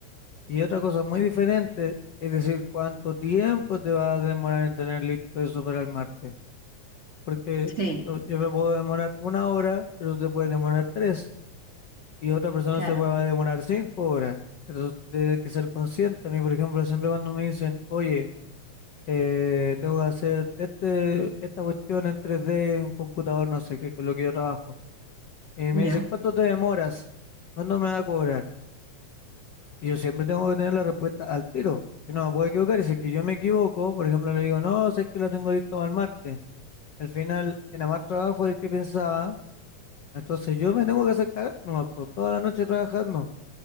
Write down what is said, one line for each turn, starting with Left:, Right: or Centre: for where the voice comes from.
Left: Y otra cosa muy diferente es decir cuánto tiempo te va a demorar en tener listo eso para el martes. Porque
Right: sí,
Left: o- yo me puedo demorar una hora, pero te puede demorar tres. Y otra persona
Right: claro,
Left: se va a demorar cinco horas. Entonces tú tienes que ser consciente. A mí, por ejemplo, siempre cuando me dicen, oye, eh, tengo que hacer este, esta cuestión en tres d en computador, no sé qué, que es lo que yo trabajo. Y me
Right: ya,
Left: dicen, ¿cuánto te demoras? ¿Cuándo me va a cobrar? Y yo siempre tengo que tener la respuesta al tiro. Yo no me puedo equivocar. Y si es que yo me equivoco, por ejemplo, le digo, no, sé que lo tengo listo para el martes. Al final, era más trabajo del que pensaba. Entonces yo me tengo que hacer cagar nomás, pues, toda la noche trabajando.